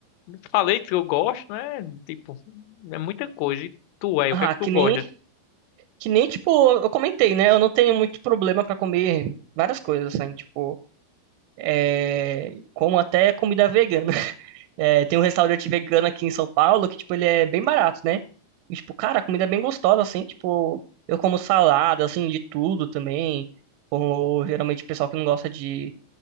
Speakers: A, on the left; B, on the right.
A: Eu Falei que eu gosto, né? Tipo, é muita coisa. E tu, é,
B: Ah,
A: o que é que tu
B: que
A: gosta?
B: nem Que nem, tipo, eu comentei, né? Eu não tenho muito problema pra comer várias coisas, assim, tipo, é... como até comida vegana. <laughs> É, tem um restaurante vegano aqui em São Paulo que, tipo, ele é bem barato, né? E, tipo, cara, a comida é bem gostosa, assim, tipo, eu como salada, assim, de tudo também. Como geralmente o pessoal que não gosta de